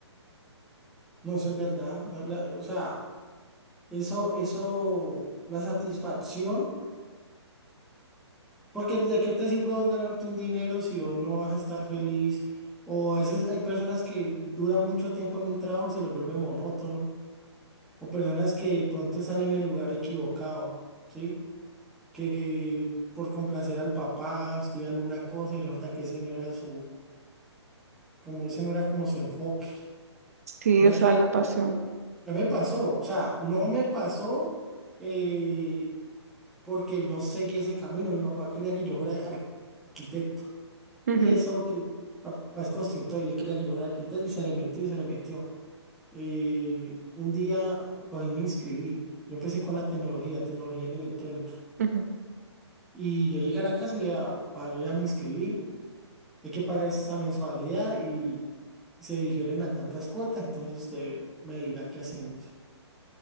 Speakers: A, in the centre; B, on the right.
A: No, eso es verdad. La- la- o sea, eso, eso, la satisfacción, porque ¿de qué te sirve a vos ganarte un dinero si vos no vas a estar feliz? O a veces hay personas que duran mucho tiempo en un trabajo y se les vuelve monótono, o personas que de pronto están en el lugar equivocado, ¿sí? que por complacer al papá estudian una cosa y resulta que ese no era su, como ese no era como su enfoque.
B: Sí,
A: Mira
B: o sea,
A: que
B: la pasión.
A: no me pasó, o sea, no me pasó eh, porque no seguí ese camino. Mi papá quería que yo fuera ar- arquitecto
B: Ujú,
A: y eso que papá es constructor y él quería que yo fuera arquitecto y se le metió y se le metió. Eh, un día cogí y me inscribí. Yo empecé con la tecnología, tecnología en electrónica.
B: ujú,
A: Y yo llegué a la casa y le dije, "Ah, pa, yo ya me inscribí. hay que pagar esta mensualidad y se difieren a tantas cuotas, entonces usted me dirá qué hacemos.